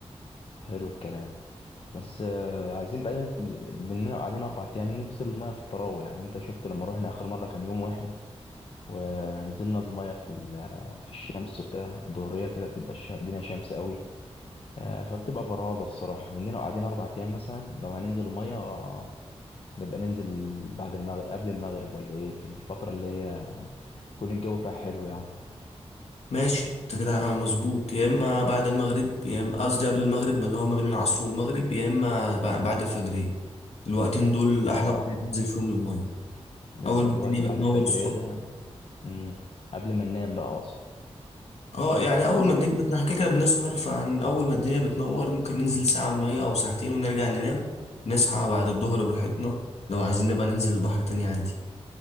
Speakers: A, on the left; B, on the left.
A: حلو الكلام بس آه، عايزين بقى ننزل بننا قاعدين اربع ايام ننزل المايه في الطراوه يعني انت شفت لما روحنا اخر مره كان يوم واحد ونزلنا المايه في ال- في الشمس وكده الظهريه كده بتبقى الش- الدنيا شمس قوي آه، فبتبقى فرهاضه الصراحه مننا قاعدين اربع ايام مثلا لو هننزل المايه آه، نبقى ننزل بعد المغرب قبل المغرب ولا ايه في الفتره اللي هي يكون الجو فيها حلو يعني
B: ماشي انت كده مظبوط يا اما بعد المغرب يا اما قصدي قبل المغرب اللي هو ما بين العصر والمغرب يا اما ب- بعد الفجرية الوقتين دول
A: اه
B: احلى وقت تنزل فيهم للمية
A: الوقت
B: اول ما الدنيا
A: بعد
B: بتنور
A: الفجريه
B: الصبح
A: ده مم، قبل ما ننام بقى اقصد
B: اه يعني اول ما
A: قبل
B: الدنيا بتنحكي كده كده بنسهر فعن اول ما الدنيا بتنور ممكن ننزل ساعة على المية او ساعتين ونرجع ننام نصحى بعد الظهر براحتنا لو عايزين نبقى ننزل البحر تاني عادي